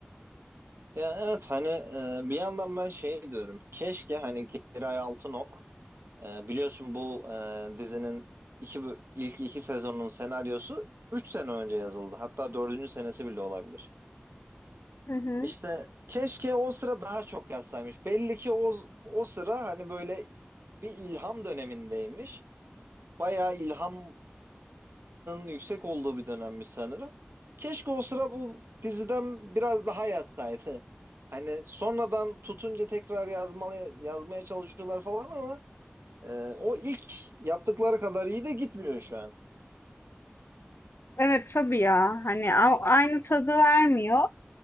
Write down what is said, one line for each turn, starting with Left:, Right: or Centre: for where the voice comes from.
Right: Ya evet hani e, bir yandan ben şey diyorum. Keşke hani Giray Altınok e, biliyorsun bu e, dizinin iki, bö- ilk iki sezonun senaryosu 3 sene önce yazıldı. Hatta dördüncü senesi bile olabilir.
Left: Hı hı.
Right: İşte keşke o sıra daha çok yazsaymış. Belli ki o, o sıra hani böyle bir ilham dönemindeymiş. Bayağı ilhamının yüksek olduğu bir dönemmiş sanırım. Keşke o sıra bu diziden biraz daha yazsaydı. Hani sonradan tutunca tekrar yazmalı, yazmaya çalışıyorlar falan ama e, o ilk yaptıkları kadar iyi de gitmiyor şu an.
Left: Evet tabii ya. Hani a- aynı tadı vermiyor.